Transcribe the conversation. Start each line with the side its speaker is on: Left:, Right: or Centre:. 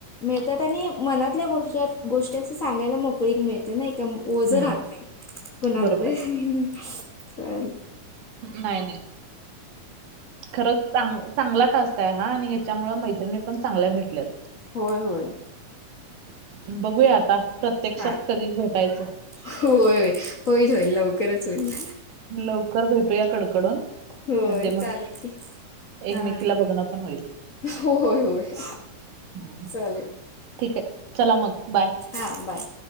Left: मिळतात आणि मनातल्या गोष्टी गोष्टी असं सांगायला मोकळीक मिळते नाही का, ओझं
Right: हम्म
Left: राहत नाही कोणाला
Right: बरोबर
Left: तरी. चालतय.
Right: नाही, नाही. खरंच चांग चांगला टास्क आहे हा, आणि ह्याच्यामुळे मैत्रिणी पण चांगल्या भेटल्यात.
Left: होय होय.
Right: बघूया आता, प्रत्यक्षात
Left: हा
Right: कधी भेटायचं?
Left: होय. होईल, होईल लवकरच होईल.
Right: लवकर भेटू या कडकडून.
Left: होय,
Right: म्हणजे मग
Left: चालेल की.
Right: एकमेकीला
Left: हा,
Right: बघणं पण होईल
Left: होय -होय
Right: हम्म.
Left: चालेल.
Right: ठीक आहे, चला मग, बाय.
Left: हां बाय.